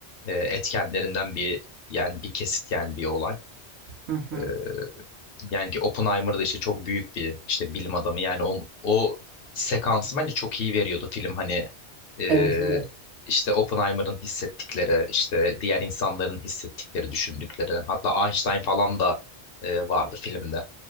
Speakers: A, on the left; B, on the right.
A: e, etkenlerinden bir yani bir kesit yani bir olay.
B: Hı hı.
A: E, Yani ki Oppenheimer da işte çok büyük bir işte bilim adamı. Yani o, o sekansı bence çok iyi veriyordu film. Hani e,
B: Evet. evet.
A: işte Oppenheimer'ın hissettikleri, işte diğer insanların hissettikleri, düşündükleri. Hatta Einstein falan da e, vardı filmde.